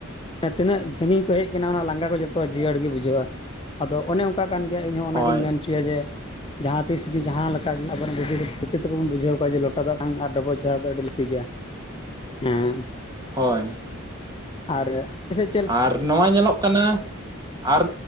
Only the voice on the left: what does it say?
ᱦᱮ ᱛᱤᱱᱟᱹ ᱥᱟᱺᱜᱤᱧ ᱠᱷᱚᱭᱮᱦᱮᱡ ᱟᱠᱟᱱᱟ ᱚᱱᱟ ᱞᱟᱸᱜᱟ ᱠᱚ ᱡᱚᱛᱚ ᱡᱤᱭᱟᱹᱲ ᱜᱮ ᱵᱩᱡᱷᱟᱹᱟ᱾ ᱟᱫᱚ ᱚᱱᱮ ᱚᱱᱠᱟ ᱠᱟᱱ ᱜᱮᱭᱟ ᱤᱧᱦᱚᱸ ᱚᱱᱟᱜᱤᱧ
ᱢᱮᱱ ᱦᱚᱪᱚᱭᱟ ᱡᱮ ᱡᱟᱦᱟᱸ ᱛᱤᱥ ᱜᱮ ᱡᱟᱦᱟᱸ ᱞᱮᱠᱟ ᱟᱵᱚᱨᱮᱱ ᱵᱤᱴᱤ ᱛᱮᱠᱚᱵᱚᱱ ᱵᱩᱡᱷᱟᱹᱣ ᱠᱚᱣᱟ ᱡᱮ ᱞᱚᱴᱟ ᱫᱟᱜ ᱟᱨ ᱰᱚᱵᱚᱜ ᱡᱚᱦᱟᱨ ᱫᱚ ᱟᱹᱰᱤ ᱞᱟᱹᱠᱛᱤ ᱜᱮᱭᱟ ᱦᱮᱸ
ᱟᱨ ᱟᱯᱮᱥᱮᱫ ᱪᱮᱫ?